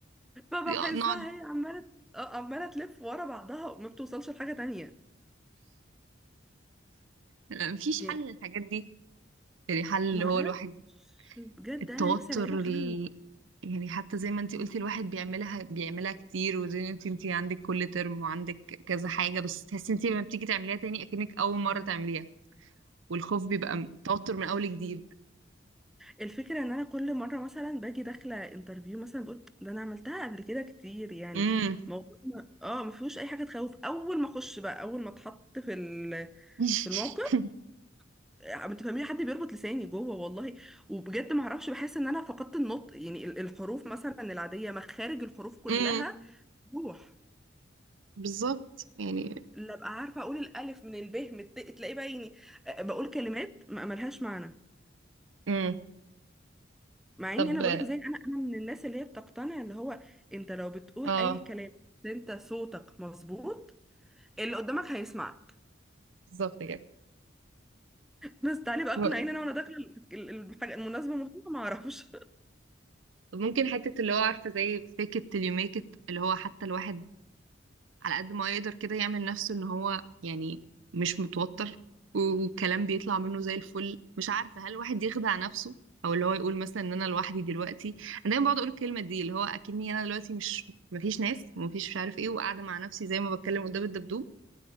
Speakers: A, in the centre; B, on the right.
A: فبحسها
B: يا- نقعد
A: هي عمالة آه، عمالة تلف ورا بعضها وما بتوصلش لحاجة تانية
B: لا، مفيش
A: يعني
B: حل للحاجات دي يعني حل اللي
A: معرفش
B: هو الواحد
A: بجد
B: التوتر
A: انا نفسي الاقي له
B: ال...
A: حل
B: يعني حتى زي ما انتي قلتي الواحد بيعملها بيعملها كتير وزي ما انتي انتي عندك كل ترم وعندك كذا حاجة بس تحسي انتي لما بتيجي تعمليها تاني اكنك اول مرة تعمليها والخوف بيبقى م- توتر من اول جديد
A: الفكرة ان انا كل مرة مثلا باجي داخلة انترفيو مثلا بقول ده انا عملتها قبل كده كتير يعني
B: امم
A: موضوع ما- اه ما فيهوش اي حاجة تخوف اول ما اخش بقى اول ما اتحط في ال
B: <laughs>
A: في الموقف ما تفهمي حد بيربط لساني جوه والله وبجد ما اعرفش بحس ان انا فقدت النطق يعني ال- الحروف مثلا العادية مخارج الحروف كلها
B: امم
A: روح
B: بالظبط يعني
A: لا ابقى عارفة اقول الالف من الب من الت تلاقي بقى يعني آه، بقول كلمات ما- ملهاش معنى
B: امم
A: مع
B: طب
A: اني انا بقولك زي انا انا من الناس اللي هي بتقتنع اللي هو انت لو بتقول
B: اه
A: اي كلام بس انت صوتك مظبوط اللي قدامك هيسمعك
B: بالظبط كده
A: بس تعالي بقى اقنعيني
B: هو-
A: انا وانا داخله ال- ال- الحاجه المناسبه مهمه ما اعرفش
B: ممكن حتة اللي هو عارفة زي fake it till you make it اللي هو حتى الواحد على قد ما يقدر كده يعمل نفسه ان هو يعني مش متوتر و- والكلام بيطلع منه زي الفل مش عارفة هل الواحد يخدع نفسه او اللي هو يقول مثلا ان انا لوحدي دلوقتي انا دايما بقعد اقول الكلمة دي اللي هو اكني انا دلوقتي مش مفيش ناس ومفيش مش عارف ايه وقاعدة مع نفسي زي ما بتكلم قدام الدبدوب